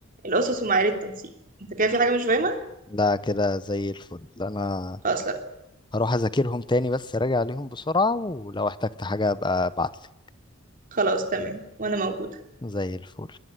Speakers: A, on the right; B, on the left.
A: الاسس ومعايير التنسيق انت كده في حاجة مش فاهمة
B: لا كده زي الفل انا
A: خلاص لا
B: هروح اذاكرهم تاني بس راجع عليهم بسرعة ولو احتجت حاجة ابقى ابعتلي
A: خلاص تمام وانا موجودة
B: زي الفل